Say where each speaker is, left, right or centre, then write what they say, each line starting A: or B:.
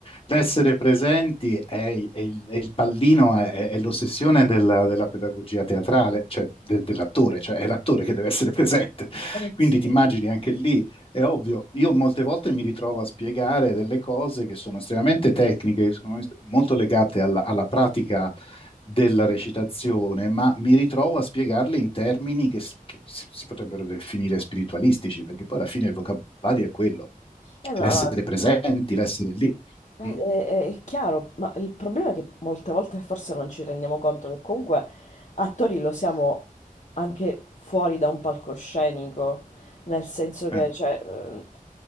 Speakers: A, on the left (about 40°); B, on the left (about 55°).
A: l'essere presenti è, è il, è il pallino, è, è l'ossessione della, della pedagogia teatrale, cioè de- dell'attore, cioè è l'attore che deve essere presente.
B: eh,
A: Quindi
B: sì.
A: ti immagini anche lì, è ovvio, io molte volte mi ritrovo a spiegare delle cose che sono estremamente tecniche, che sono est- molto legate alla alla pratica della recitazione, ma mi ritrovo a spiegarle in termini che, s- che si si potrebbero definire spiritualistici, perché poi alla fine il vocabolario è quello,
B: Eh, ma
A: l'essere presenti, l'essere lì.
B: eh,
A: Mm.
B: eh, è, chiaro, ma il problema è che molte volte forse non ci rendiamo conto che comunque attori lo siamo anche fuori da un palcoscenico, nel senso che
A: Eh,
B: cioè, eh,